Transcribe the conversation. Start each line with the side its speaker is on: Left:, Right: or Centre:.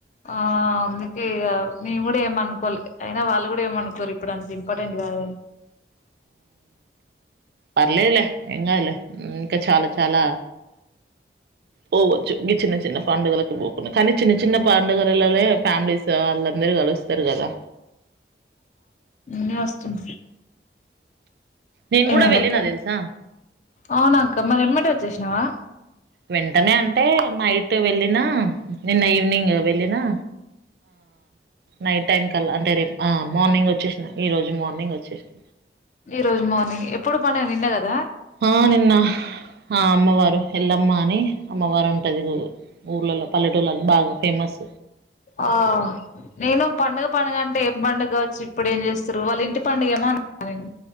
Left: ఆ అందుకే నేను కూడా ఏమనుకోవాలి అయినా వాళ్ళు కూడా ఏమనుకోరు ఇప్పుడు అంత ఇంపార్టెంట్ కాద
Right: పలేల ఎంగాల ఇంకా చాలా చాలా పోవచ్చు ఇ చిన్న చిన్న పండగలే పోకు కానీ చిన్న చిన్న పండుగలలనే ఫ్యామిలీస్ వాళ్ అందరు కలుస్తారు కదా
Left: మ వస్తుంది
Right: నేను
Left: ఏమైంది
Right: కూడా వెళ్ళిన
Left: అక్క
Right: తెలుసా
Left: అవునా అక్క మరి ఎమ్మట వచ్చేసినావా
Right: వెంటనే అంటే నైట్ వెళ్ళినా నిన్న ఈవినింగ్ వెళ్ళినా నైట్ టైం కల్లా అంటే రేపు మార్నింగ్ వచ్చేసిన ఈరోజు మార్నింగ్ వచ్చేసినా
Left: ఈ రోజు మార్నింగ్ ఎప్పుడు పన నిన్న కదా
Right: ఆ నిన్న ఆ అమ్మవారు ఎలమ్మనే అమ్మవారు ఉంటుంది ఊళ్ళలో పలెటూళ్ళలో బాగా ఫేమస్.
Left: ఆ నేను పడుగ పడుగ అంటే పండుగ కావచ్చు ఇప్పుడు ఏం చేస్తారు వాళ్ళ ఇంటి పండుగ ఏమో అంటన్నా నేను